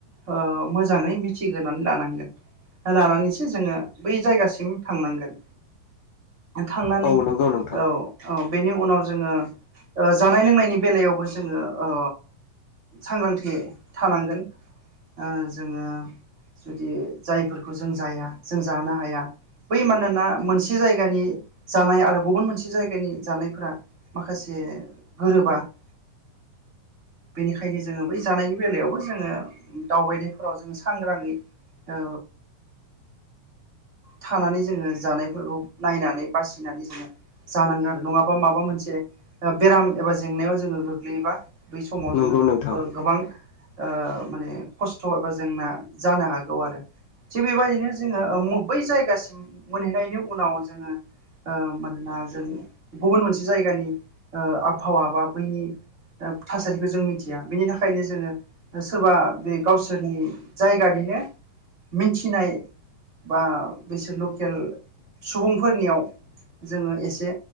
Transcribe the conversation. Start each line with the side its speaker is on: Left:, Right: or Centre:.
Right: ओ मोजाङै मिथिग्रोनानै लानांगोन लानानैसो जोङो बै जायगासिम थांनांगोन। थांनानै
Left: औ नंगौ नोंथां
Right: औ औ बेनि उनाव जोङो जानाय लोंनायनि बेलायावबो जोङो ओ सांग्रांथि थानांगोन। ओ जोङो जुदि जायफोरखौ जों जाया जों जानो हाया बै मानोना मोनसे जायगानि जानाय आरो गुबुन मोनसे जायगानि जानायफोरा माखासे गोरोबा ओ बेनिखायनो जोङो बै जानायनि बेलायावबो जोङो दावबायनायफोराव जोङो सांग्राङै ओ थानानै जोङो जानायफोरखौ नायनानै बासिनानै जोङो जानांगोन आरो नङाबा माबा मोनसे ओ बेराम एबा जेंनायाव ज जोङो गोग्लैयोबा बै समाव
Left: नंगौ
Right: जोङो
Left: नोंथां
Right: गोबां ओ माने खस्थ' एबा जेंना जानो हागौ आरो थिग बेबायदिनो जोङो ओ मो बै जायगासिम मोनहैनायनि उनाव जोङो ओ मानोना जों गुबुन मोनसे जायगानि आबहावा बा बैनि ओ थासारिखौ जों मिथिया बेनि थाखायनो जोङो सोरबा बे गावसोरनि जायगानिनो मिथिनाय बा बिसोर लकेल सुबुंफोरनियाव जोङो एसे